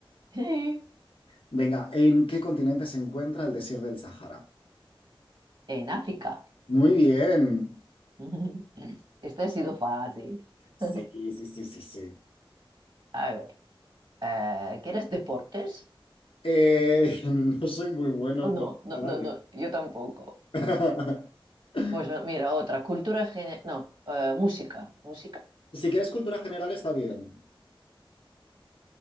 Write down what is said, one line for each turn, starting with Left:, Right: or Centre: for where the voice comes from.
Right: <laughs>
Left: Venga, ¿en qué continente se encuentra el desierto del Sahara?
Right: en África.
Left: Muy bien.
Right: <laughs> esto ha sido fácil.
Left: Sí,
Right: <laughs>
Left: sí, sí, sí, sí.
Right: A ver, eh, ¿quieres deportes?
Left: Eh, <laughs> no soy muy bueno,
Right: Oh, No,
Left: pero
Right: no,
Left: ah, vale.
Right: no, no, yo tampoco.
Left: <laughs>
Right: Pues mira, otra, cultura, gene- no, eh, música. ¿Música?
Left: Si quieres cultura general, está bien.